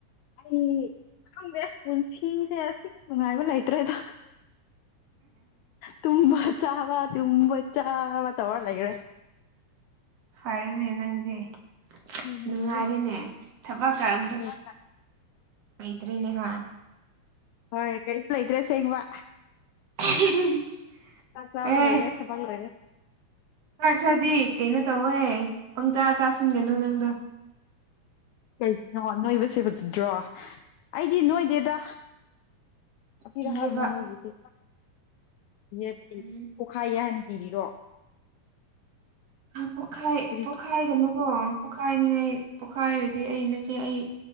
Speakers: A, on the left; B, on the right.
A: ꯑꯩ ꯈꯪꯗꯦ ꯄꯨꯟꯁꯤꯁꯦ ꯑꯁꯤ ꯅꯨꯡꯉꯥꯏꯕ ꯂꯩꯇ꯭ꯔꯦꯗꯣ ꯇꯨꯃ ꯆꯥꯕ ꯇꯨꯝ ꯆ ꯇ ꯑꯣꯔꯂꯒ꯭ꯔꯦ
B: ꯍꯥꯏꯔꯦꯅꯦ ꯅꯪꯗꯤꯦ
A: ꯍꯣꯏ ꯅꯨꯡꯉꯥꯏꯔꯦ
B: ꯅꯨꯡꯉꯥꯏꯔꯤꯅꯦ ꯊꯕ ꯀꯝꯗ
A: ꯍꯣꯏ
B: ꯑꯩꯩꯗ꯭ꯔꯤꯅꯦ ꯍꯥ
A: ꯍꯣꯏ ꯀꯩꯁꯂꯗ꯭ꯔꯦ ꯁꯤꯦꯡꯒ ꯋꯥ
B: <unintelligible>
A: ꯆꯥꯛ ꯆꯥꯕ
B: ꯑꯦ
A: ꯂꯣꯏꯔꯦ ꯊꯄ ꯂꯣꯏꯔꯦ
B: ꯈ꯭ꯔꯗꯤ ꯀꯩꯅꯣ ꯇꯧꯍꯦ ꯄꯪꯆꯥꯥ ꯆꯥꯁꯤꯟꯒꯅꯨ ꯅꯪꯗꯣ
A: ꯀꯩꯒꯤꯅꯣ ꯅꯣꯏꯕꯁꯦ ꯐꯠꯇꯗ꯭ꯔꯣ ꯑꯩꯗꯤ ꯅꯣꯏꯗꯦꯗ ꯑꯄꯤꯔ
B: ꯀꯤꯌꯦꯕ
A: ꯍꯥꯎꯅꯦ ꯅꯣꯏꯒꯤꯁꯦ ꯌꯦ ꯐ
B: ꯎꯝ
A: ꯑꯣꯈꯥꯏ ꯍꯥꯏꯅꯤ ꯀꯤꯔꯤꯔꯣ
B: ꯑ ꯄꯣꯈꯥꯏ
A: ꯀꯔꯤ
B: ꯄꯣꯈꯥꯏ ꯒꯥꯅꯨ ꯑꯣ ꯄꯣꯈꯥꯏꯅꯤꯡꯉꯩ ꯄꯣꯈꯥꯏ ꯗꯤ ꯑꯩꯩꯅꯆꯦ ꯑꯩ